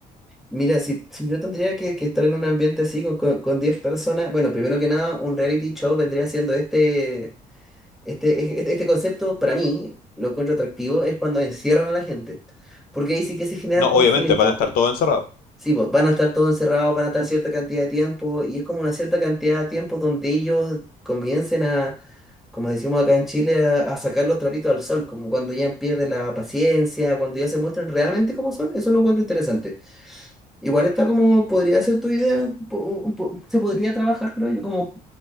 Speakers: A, in the centre; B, on the left (about 80°).
A: mira, si, si yo tendría que, que estar en un ambiente así con, con, con 10 personas, bueno, primero que nada, un reality show vendría siendo este, este, este, este concepto, para mí, lo encuentro atractivo, es cuando encierran a la gente, porque ahí sí que se generan
B: No,
A: conflictos,
B: obviamente, van a estar todos encerrados.
A: Sí, pues van a estar todos encerrados, van a estar cierta cantidad de tiempo y es como una cierta cantidad de tiempo donde ellos comiencen a, como decimos acá en Chile, a, a sacar los trapitos al sol, como cuando ya pierden la paciencia, cuando ya se muestran realmente cómo son, eso lo encuentro interesante. Igual está como, podría ser tu idea, un po- un po- se podría trabajar, creo yo, como,